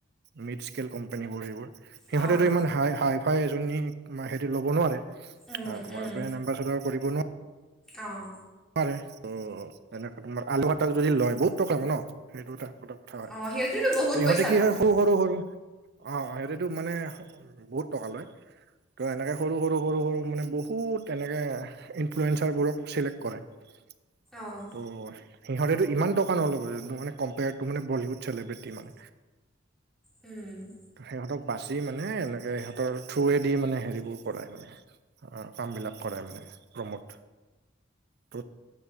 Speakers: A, on the right (about 55°); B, in the centre.
A: মিড স্কেল কোম্পনীবোৰ সেইবোৰ। সিহঁতেটো
B: অঁ
A: ইমান হাই, হাই-ফাই এজনী মাহে লৱ নোৱাৰে আ
B: উম
A: তোমাৰ
B: উম
A: ব্ৰেন্ড এম্বাচেদাৰ কৰিব নো
B: অঁ
A: ৱাৰে ত এনে তোমাৰ আলু <unintelligible> যদি লয় বহুত টকা ন সেইটো এটা কথা হয়,
B: অঁ সিহঁতেতো বহুত
A: ত ইহঁতে
B: পইচা
A: কি
B: লয়
A: হয় সৰু সৰু সৰু অঁ সেইটোতো মানে বহুত টকা লয় ত এনেকৈ সৰু সৰু সৰু সৰু মানে বহুত তেনেকৈ ইনফ্লুৱেঞ্চাৰবোৰক চিলেক্ট কৰে <inaudible>
B: অঁ
A: ত' সিহঁতেতো ইমান টকা নল'ব যোনটো মানে কম্পেয়াৰটো মানে বলিউড চেলিব্ৰেটি মানে
B: উম
A: সিহঁতক বাচি মানে এনেকে সিহঁতৰ থ্ৰুৱে দি মানে হেৰিবোৰ কৰাই মানে। আহ কাম বিলাক কৰায় মানে প্ৰমোদ ত